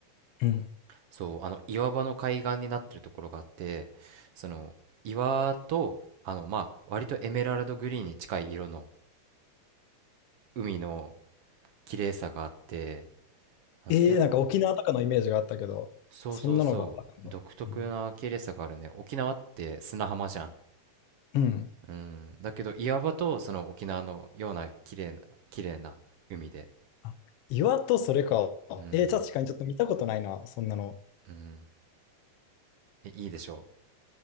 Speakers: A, on the left; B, on the right.
A: うん。
B: そう、あの、岩場の海岸になってるところがあって、その、岩と、あの、まあ、割とエメラルドグリーンに近い色の海の綺麗さがあって、なんて言うんだろうな。
A: ええなんか沖縄とかのイメージがあったけど、
B: そうそうそう、
A: そんなのがあったの。
B: 独特な綺麗さがあるね。
A: うん。
B: 沖縄って砂浜じゃん。
A: うん。
B: うん。だけど、岩場と、その沖縄のような綺麗な、綺麗な海で。
A: あ岩とそれか。
B: うん。
A: えー、確かにちょっと見たことないな、そんなの。
B: うん。えいいでしょう。